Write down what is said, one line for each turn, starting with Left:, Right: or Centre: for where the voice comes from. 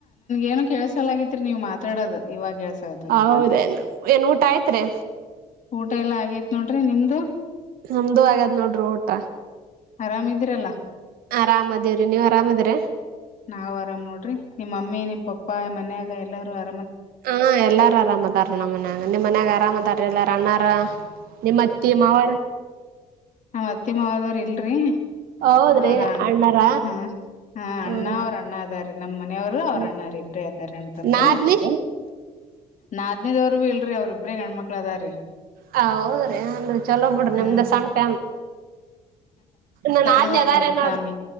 Left: ಏನು ಕೇಳ್ಸಲಗತ್ರಿ ನೀವು್ ಮಾತಾಡದು ಇವಾಗಸ ಆ
Right: ಹೌದೇನ್
Left: ನೋಡ್ರಿ
Right: ಏನ್ ಊಟ ಆಯ್ತ್ರಿ
Left: ಊಟ ಎಲ್ಲಾ ಆಗೇತ್ ನೋಡ್ರಿ ನಿಮ್ದು
Right: ನಮ್ದು ಆಗಾದ್ ನೋಡ್ರಿ ಊಟ
Left: ಆರಾಮಿದೀರಲ್ಲ
Right: ಆರಾಮದಿವ್ರಿ ನೀವ್ ಆರಾಮದಿರಿ
Left: ನಾವ್ ಆರಾಮ್ ನೋಡ್ರಿ ನಿಮ್ಮ್ಮಿ ನಿಮ್ ಪಪ್ಪಾ ಮನ್ಯಾಗ ಎಲ್ಲಾರೂ ಆರಾಮ
Right: ಹಾ ಎಲ್ಲಾರು ಅರಾಮದಾರ ನಮ್ಮ ಮನ್ಯಾಗ ನಿಮ್ಮ್ ಮನ್ಯಾಗ ಆರಾಮದಾರ ಎಲ್ಲ ಅಣ್ಣಾರ ನಿಮ್ಮತ್ತೆ ಮಾವಾರ
Left: ನ ಅತ್ತಿಮವಾದವ್ರ ಇಲ್ರಿ
Right: ಹೌದ್ರಿ
Left: ಅವ್ರ
Right: ಅಣ್ಣಾರ
Left: ಹಾ ಹಾ
Right: ಹ್ಮ್
Left: ಅಣ್ಣ ಅವ್ರ ಅಣ್ಣ ಅದಾರ ನಮ್ ಮನೆಯವರು ಅವ್ರ
Right: ಹ್ಮ್
Left: ಅಣ್ಣಾರಿ ಇಬ್ರೇ ಅದಾರ ಅಂತಂಬ್ರ
Right: ನಾದ್ನಿ
Left: ನಾದ್ನೇದವ್ರು ಭಿ ಇಲ್ರರಿ ಅವ್ರರಿ ಇಬ್ರೇ ಗಣ್ಮಕ್ಳ ಅದ್ರೀ
Right: ಹ ಹೌದ್ರಿ ಅನ್ರಿ ಚಲೋ ಬಿಡ್ರಿಮ್ದ್
Left: ಹ್ಮ
Right: ಸಣ್ಣಪ ನಾನು
Left: ಸಣ್ಣದ
Right: ಆನಗಾರನ
Left: ನೋಡ್ರಿ ಫ್ಯಾಮ್ಲಿ